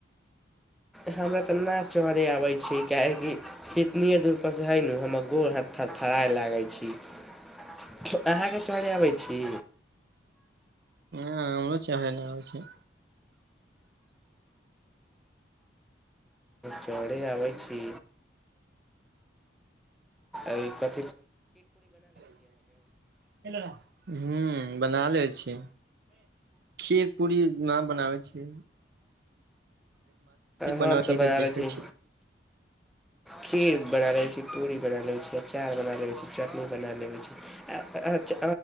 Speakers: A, in the centre; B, on the right (about 60°).
A: हमरा तऽ ना चहरे आबे छी। कहे की कितनीे दूर पर से है न हम्मर गोड़ हथ थर थड़ाई लागे छै। अहाँके चढ़ आबै छी।
B: ह हमरो चाह न आबे छै।
A: चढ़ै आबै छी। एहि। <unintelligible>
B: <unintelligible> ह बना ले छी खीर पूरी न बनाबै छीये। बनाबै
A: हम
B: छियै
A: तऽ बना
B: देखै
A: ले छी
B: छियै
A: खीर बना ले छी पूरी बना ले छी। अचार बना लेै छी चटनी बना लेबै छी